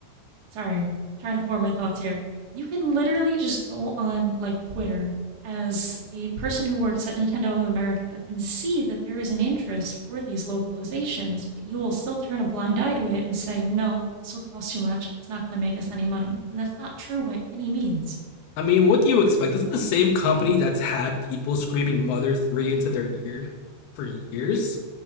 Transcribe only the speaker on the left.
<laughs> I mean, what do you expect? This is the same company that's had people screaming Mother 3 into their ear for years.